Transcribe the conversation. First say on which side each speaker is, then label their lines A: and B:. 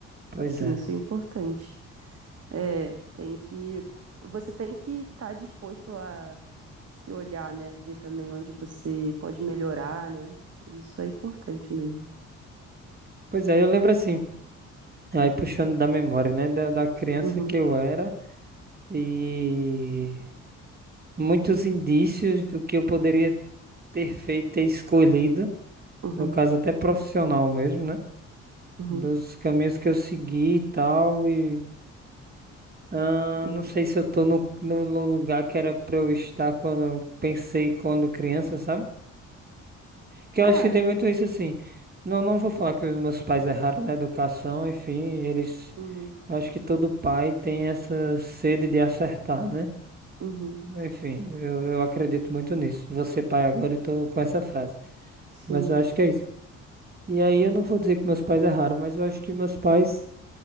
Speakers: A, on the right; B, on the right.
A: pois
B: Sim,
A: é.
B: isso é importante. É, tem que. Você tem que estar disposto a se olhar, né? Ver também onde você pode melhorar, né? Isso é importante mesmo.
A: Pois é, eu lembro assim, aí puxando da memória, né? Da, da criança
B: Uhum,
A: que eu era e muitos indícios do que eu poderia ter feito, ter escolhido,
B: uhum,
A: no caso até profissional mesmo, né?
B: uhum,
A: Dos caminhos que eu segui e tal, e ah,
B: uhum.
A: não sei se eu tô no, no, no lugar que era pra eu estar quando eu pensei quando criança, sabe? Que eu acho
B: É.
A: que tem muito isso assim. Não, não vou falar que os meus pais erraram na educação, enfim, eles.
B: Uhum,
A: Eu acho que todo pai tem essa sede de acertar, né?
B: uhum,
A: Enfim, eu, eu acredito muito nisso. Você pai agora e tô com essa frase.
B: sim.
A: Mas eu acho que é isso. E aí eu não vou dizer que meus pais erraram, mas eu acho que meus pais